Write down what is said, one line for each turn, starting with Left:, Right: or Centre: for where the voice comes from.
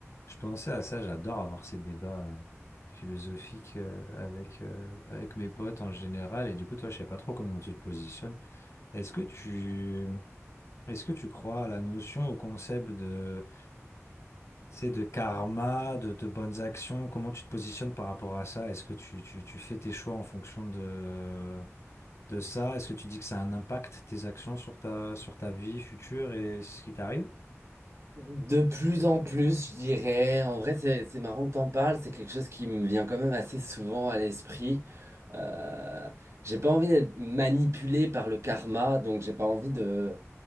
Left: Je pensais à ça, j'adore avoir ces débats euh, philosophiques euh, avec, euh, avec mes potes en général. Et du coup, toi, je sais pas trop comment tu te positionnes. Est-ce que tu, est-ce que tu crois à la notion, au concept de, tu sais, de karma, de, de bonnes actions? Comment tu te positionnes par rapport à ça? Est-ce que tu, tu, tu fais tes choix en fonction de, de ça? Est-ce que tu dis que ça a un impact, tes actions, sur ta, sur ta vie future et ce qui t'arrive?
Right: De plus en plus, je dirais. En vrai, c'est c'est marrant que t'en parles. C'est quelque chose qui me vient quand même assez souvent à l'esprit. Euh, j'ai pas envie d'être manipulé par le karma, donc j'ai pas envie de,